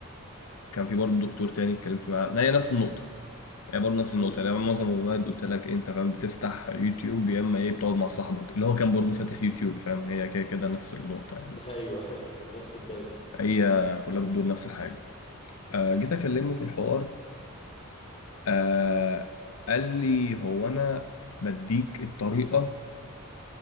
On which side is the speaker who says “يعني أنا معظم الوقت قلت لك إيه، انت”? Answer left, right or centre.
Left